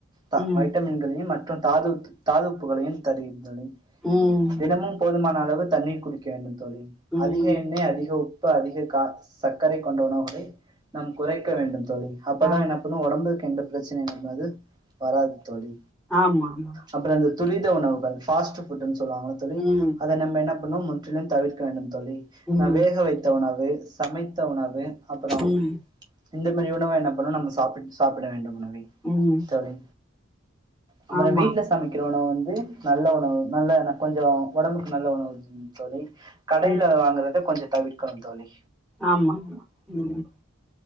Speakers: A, on the right; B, in the centre.
A: த
B: ம்
A: வைட்டமின்களையும் மத் த்த தாது உப்பு தாது உப்புகளையும் தருகிறது தோழி
B: ம்
A: தினமும் போதுமான அளவு தண்ணீர் குடிக்க வேண்டும் தோழி
B: ம்
A: அதிக எண்ணெய் அதிக உப் பு அதிக க சர்க்கரை கொண்ட உணவுகளை நாம் குறைக்க வேண்டும் தோழி அப்பதா
B: ஆ ஆமா
A: என்ன பண்ணு ஒடம்புக்கு எந்த பிரச்சனை நம்மது வராது தோழி
B: ஆமாம்மா
A: அப்பற இந்த துரித உணவுகள் ஃபாஸ்ட்டு புட்டுன் சொல்லுவாங்கள தோழி
B: ஆமா ம்
A: அத நம்ம என்ன பண்ணு முற்றிலும் தவிர்க்க வேண்டும் தோழி
B: ம்
A: நா வேக வைத்த உணவு சமைத்த உணவு அப்பற
B: ம்
A: இந்த மாரி உணவ என்ன பண்ணு நம்ம சாப்பி சாப்பிட வேண்டும் உணவை
B: ம்
A: தோழி அப்பற
B: ஆமா
A: வீட்ல சமைக்கிற உணவு வந்து நல்ல உணவு நல்ல ஏனா கொஞ்ச ஒடம்புக்கு நல்ல உணவு தோழி கடையில
B: ம்
A: வாங்கறத கொஞ்ச தவிர்க்கணும் தோழி
B: ஆமாம்மா ம்